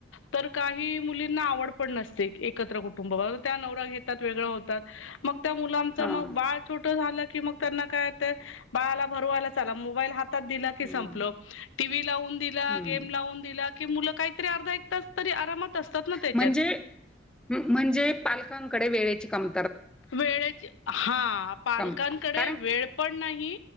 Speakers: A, on the left; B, in the centre.
A: तर काही मुलींना आवड पण नसते एकत्र कुटुंबावा त्या नवरा घेतात वेगळ होतात मग त्या मुलाचं
B: हां.
A: मग बाळ छोटं झालं की मग त्यांना कायतर बाळाला भरवायला चला मोबाईल हात तात दिला की
B: हं,
A: संपल टीव्ही लावून दिला,
B: हं.
A: गेम लावून दिला मूल काय तरी अर्धा एक तास तरी आरामात असतात ना त्याच्यात
B: म्हणजे म्हणजे पालकांकडे वेळेची कम
A: वेळेची हा पालकांकडे
B: कम कारण
A: वेळ पण नाही